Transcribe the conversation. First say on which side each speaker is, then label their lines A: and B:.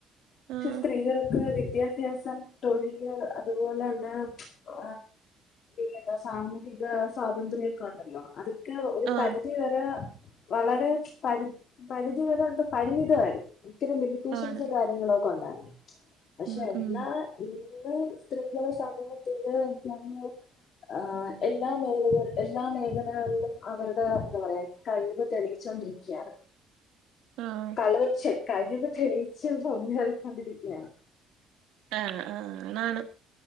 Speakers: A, on the left; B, on the right.
A: പക്ഷെ
B: ആഹ്
A: സ്ത്രീകൾക്ക് വിദ്യാ ഭൃസം തൊഴില് അതുപോലെ എന്ത ഒ എന്താ സാമൂഹിക സ്വാതന്ത്ര്യോക്കെ ഉണ്ടല്ലോ അത് നമുക്ക് ഒരു
B: ആഹ്
A: പരിധി വരെ വളരെ പരി പരിധി വരെ എന്ത പരിമിതമായിരുന്നു ഒത്തിരി ലിമിറ്റേഷൻസും
B: ആണ്
A: കാര്യങ്ങളും ഒക്കെ ഒണ്ടായിരുന്നു പക്ഷെ
B: ഉം
A: എന്നാ
B: ഉം
A: ഇന്ന് സ്ത്രീകളെ സമൂഹത്തിന്റെ <unintelligible> ആഹ് എല്ലാ മേഖല എല്ലാ മേഖലകളിലും അവരുടെ എന്താ പറയാ കഴിവ് തെളിയിച്ചോണ്ടിരി ക്ക്യൻ
B: ആഹ്
A: കളവ് ചേ കഴിവ് തെളിയിച്ച് മുന്നേറിക്കൊണ്ടിരിക്കുകയാണ്
B: ആഹ് ആഹ് ആണാണ്